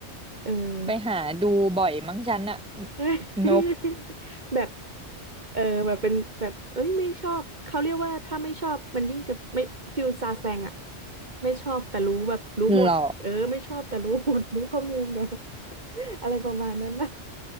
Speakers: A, on the right; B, in the centre.
A: เออ
B: ไปหาดูบ่อยมั้งฉันอะ
A: <laughs>
B: นก
A: แบบ เออแบบเป็นแบบเอ้ยไม่ชอบเขาเรียกว่าถ้าไม่ชอบมันยิ่งจะไม่ฟิลซาแซงอะไม่ชอบแต่รู้แบบรู้หมดเออไม่ชอบแต่รู้หมดรู้ข้อมูลเนอะ
B: หรอ
A: อะไรประมาณนั้นนะ